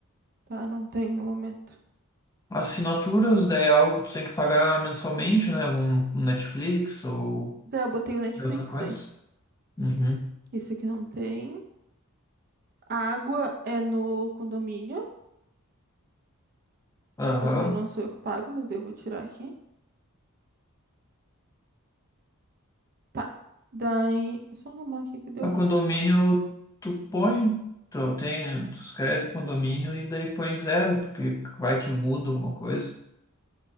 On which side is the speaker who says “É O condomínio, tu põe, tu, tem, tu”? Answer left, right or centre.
Left